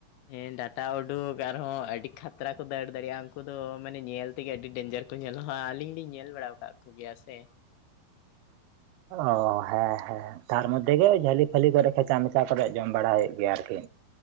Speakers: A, on the left (about 80°); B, on the right (about 85°).
A: ᱦᱮᱸ ᱰᱟᱴᱟ ᱩᱰᱩᱠ ᱟᱨᱦᱚᱸ ᱟᱹᱰᱤ ᱠᱷᱟᱛᱨᱟ ᱠᱚ ᱫᱟᱹᱲ ᱫᱟᱲᱮᱭᱟᱜᱼᱟ ᱩᱱᱠᱩ ᱫᱚ ᱢᱟᱱᱮ ᱧᱮᱞ ᱛᱮᱜᱮ ᱟᱹᱰᱤ ᱰᱮᱧᱡᱟᱨᱼᱼ ᱠᱚ ᱧᱮᱞᱚᱜ ᱟᱹᱞᱤᱧ ᱞᱤᱧ ᱧᱮᱞ ᱵᱟᱲᱟᱣ ᱠᱟᱜ ᱠᱚᱜᱮᱭᱟ ᱥᱮᱼᱼ
B: ᱚ ᱦᱮᱸ ᱦᱮᱸ ᱛᱟᱨ ᱢᱚᱫᱽᱫᱷᱮ ᱜᱮ ᱡᱷᱟᱹᱞᱤ ᱯᱷᱟᱹᱞᱤ ᱠᱚᱨᱮ ᱠᱷᱮᱪᱟ ᱢᱮᱪᱟ ᱠᱚᱨᱮ ᱡᱚᱢ ᱵᱟᱲᱟᱭᱴ ᱦᱩᱭᱩᱜ ᱜᱮᱭᱟ ᱟᱨᱠᱤ